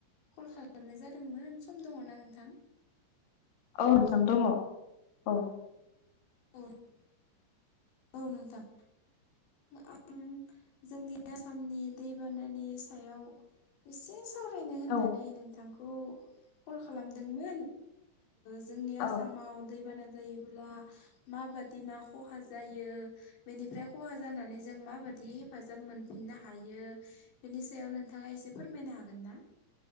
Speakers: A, on the left (about 75°); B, on the left (about 55°).
A: कल खालामनाय जादोंमोन सम दङना नोंथां?
B: औ नोंथां दङ औ
A: औ औ नोंथां आं जोंनि आसामनि दैबानानि सायाव एसे सावरायनो होननानै
B: औ
A: नोंथांखौ कल खालामदोंमोन जोंनि आसामाव
B: औ
A: दैबाना जायोब्ला माबादि मा खहा जायो बेनिफ्राय खहा जानानै जों माबादि हेफाजाब मोनफिननो हायो बेनि सायाव नों नोंथाङा एसे फोरमायनो हागोन ना?